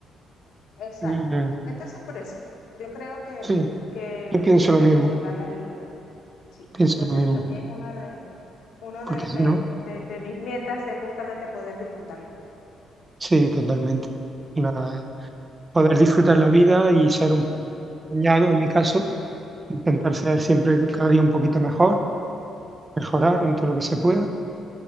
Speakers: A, on the left; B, on the right.
A: Exacto.
B: Mm,
A: Entonces, por eso, yo creo que,
B: sí,
A: que
B: yo
A: uno
B: pienso
A: tiene
B: lo
A: que
B: mismo,
A: disfrutar la vida. Sí.
B: pienso
A: Entonces,
B: lo mismo.
A: también una de, uno
B: Porque
A: de, de
B: si no,
A: de- de mis metas es justamente poder disfrutar la vida.
B: sí, totalmente. Una- poder disfrutar la vida y ser un puñado, en mi caso, intentar ser siempre cada día un poquito mejor, mejorar en todo lo que se pueda,